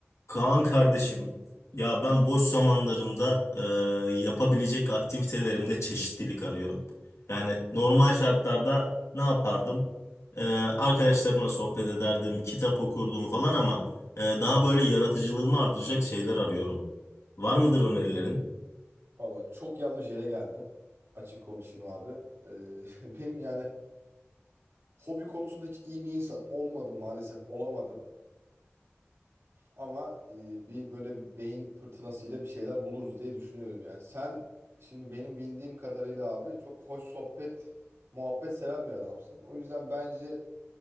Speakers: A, on the left; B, on the right.
A: Kaan kardeşim, ya ben boş zamanlarımda e, yapabilecek aktivitelerimde çeşitlilik arıyorum. Yani normal şartlarda ne yapardım? E, arkadaşlarımla sohbet ederdim, kitap okurdum falan ama e, daha böyle yaratıcılığımı artıracak şeyler arıyorum. Var mıdır önerilerin?
B: Valla çok yanlış yere geldin. Açık konuşayım abi. Ee, <laughs> benim yani hobi konusunda hiç iyi bir insan olmadım maalesef olamadım. Ama e, bir böyle bir beyin fırtınasıyla bir şeyler buluruz diye düşünüyorum yani. Sen şimdi benim bildiğim kadarıyla abi çok hoş sohbet, muhabbet seven bir adamsın. O yüzden bence